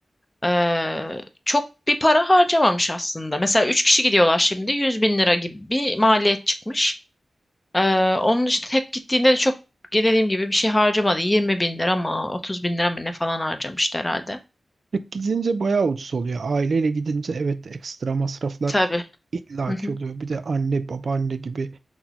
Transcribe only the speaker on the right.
Tek gidince bayağı ucuz oluyor. Aileyle gidince evet ekstra masraflar
illaki
oluyor. Bir de anne babaanne gibi